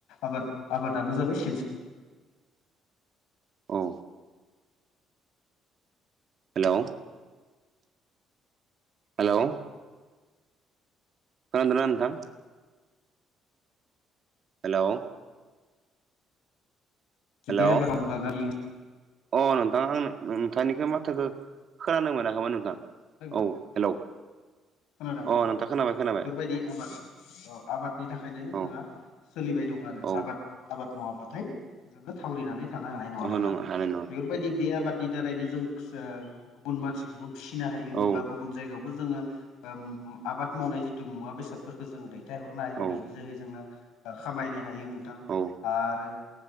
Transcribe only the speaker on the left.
आबाद आबादानो जाबाय सिनस
बे आबाद <unintelligible>
नोंथाङा
खोनादों
औ
बेफोरबायदि आबाद आबादनि थाखायनो
जोंहा सोलिबाय दं आरो
आबाद आबाद नङाब्लाथाय जोङो थावरिनानै थानो हानाय नङा
नोंथां
बेफोरबायदि बे आबाद नि दारैनो जों ओ गुबुन मानसिखौबो फिसिनो हायो
बा गुबु न जायगायावबो जोङो ओ आबाद मावनाय जिथु मुवा बेसाद फोरखो जों दैथाय हरनाय
बेनि जोहै जोङो ओ खामायनो हायो नोंथां
आरो